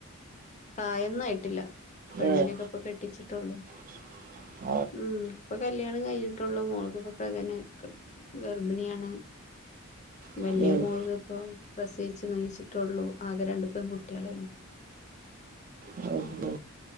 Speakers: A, on the left; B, on the right.
A: പ്രായൊന്നായിട്ടില്ല പെണ്ണിനൊക്കെ
B: ഏഹ്
A: ഇപ്പൊ കെട്ടിച്ചിട്ടുള്ളൂ.
B: <inaudible>
A: ഉം ഇപ്പൊ കല്യാണം കഴിഞ്ഞിട്ടുള്ളു മോളക്ക് ഇപ്പ പ്രകന ഗർഭിണിയാണ്.
B: <inaudible>
A: വല്ല്യ
B: ഏഹ്
A: മോള് ത പ്പോ പ്രസയിച്ചു നീച്ചിട്ടുള്ളു. ആകെ രണ്ടു പെൺ കുട്ടികളായിനു.
B: ആത് ശരി